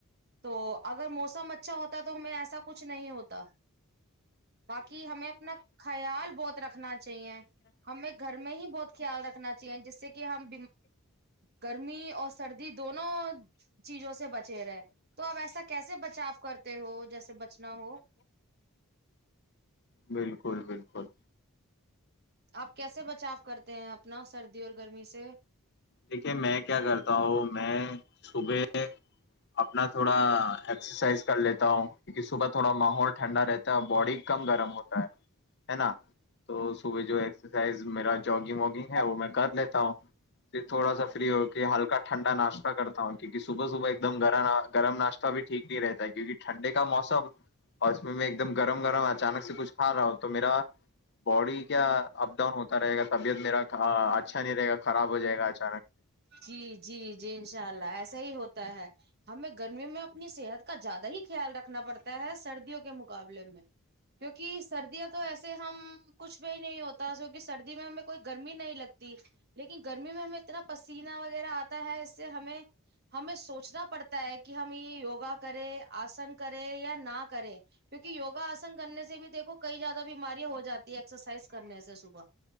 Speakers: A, on the right; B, on the left.
A: تو اگر موسم اچھا ہوتا تو ہمیں ایسا کچھ نہیں ہوتا کہ ہمیں اپنا خیال بہت رکھنا چاہیے ہمیں گھر میں ہی بہت خیال رکھنا چاہیے جس سے کہ ہم گرمی اور سردی دونوں چیزوں سے بچے رہے تو آپ ایسا کیسے بچاؤ کرتے ہو جیسے بچنا ہو
B: بالکل بالکل
A: آپ کیسے بچاؤ کرتے ہیں اپنا سردی اور گرمی سے
B: دیکھیے میں کیا کرتا ہوں میں صبح اپنا تھوڑا ایکسرسائز کر لیتا ہوں کیونکہ صبح تھوڑا ماحول ٹھنڈا رہتا ہے باڈی کم گرم ہوتا ہے ہے نا تو صبح جو ایکسرسائز میرا جگنگ واگنگ ہے وہ میں کر لیتا ہوں پھر تھوڑا سا فری ہو کے ہلکا ٹھنڈا ناشتہ کرتا ہوں کیونکہ صبح صبح ایک دم گ گرم ناشتہ بھی ٹھیک نہیں رہتا ہے کیونکہ ٹھنڈے کا موسم اور اس میں ایک دم گرم گرم اچانک سے کچھ کھا رہا ہوں تو میرا باڈی کیا اپ ڈاؤن ہوتا رہے گا طبیعت میرا اچھا نہیں رہے گا خراب ہو جائے گاچ
A: جی جی جی انشاء اللہ ایسا ہی ہوتا ہمیں گرمیوں میں اپنی صحت کا زیادہ ہی خیال رکھنا پڑتا ہے سردیوں کے مقابلے میں کیونکہ سردیاں تو ایسے ہم کچھ بھی ہی نہیں ہوتا کیکہ سردی میں ہمیں کوئی گرمی نہیں لگتی لیکن گرمی میں ہمیں اتنا پسیینہ وغیرہ آتا ہے اس سے ہمیں ہمیں سوچنا پڑتا ہے کہ ہم یہ یوگا کرے آسن کرے یا نہ کریں کیونکہ یوگا آسن کرنے سے بھی دیکو کئی زیادہ بیماریاں ہو جاتی ہے ایکسرسائز کرنے سے صبح